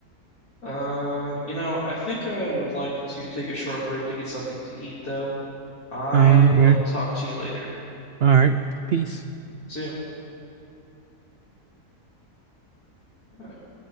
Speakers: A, on the left; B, on the right.
A: Uh, you know, I think I would like to take a short break to get something to eat, though. I
B: Uh,
A: will
B: okay.
A: talk to you later.
B: All right. Peace.
A: See you.